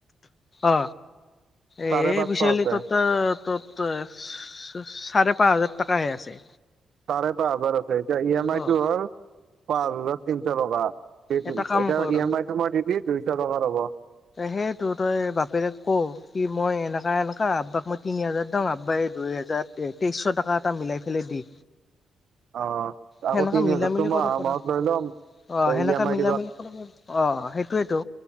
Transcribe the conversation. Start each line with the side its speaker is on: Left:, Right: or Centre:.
Left: অ এই
Right: চাৰে পাঁচশ
Left: পিছে হলি
Right: আছে
Left: তোৰ তাত তত চ চাৰে পাঁচ হাজাৰ টকাহে আছে।
Right: চাৰে পাঁচ হাজাৰ আছে। এতিয়া ই এম আইটো
Left: অ'।
Right: হ'ল পাঁচ হাজাৰ তিনছ টকা। <unintelligible>
Left: এটা
Right: এতিয়া
Left: কাম কৰ
Right: ই এম আই টো মই দি দি দুই ছ টকা ৰ'ব।
Left: সেয়েটো তই বাপেৰক ক কি মই এনেকা এনেকা আব্বাক মই তিনি হাজাৰ দিও, আব্বাই দুইহাজাৰ এতিয়া তেইছ ছ টকা এটা মিলাই পেলে দি।
Right: অ
Left: সেনেকা
Right: আগৰ তিনি
Left: মিলা
Right: হাজাৰতো
Left: মিলি
Right: মই
Left: কৰিব
Right: অহা
Left: পাৰা।
Right: মাহত লৈ ল'ম।
Left: অ'
Right: তই
Left: সেনেকা
Right: ই এমাই
Left: অ সেইটোৱেটো।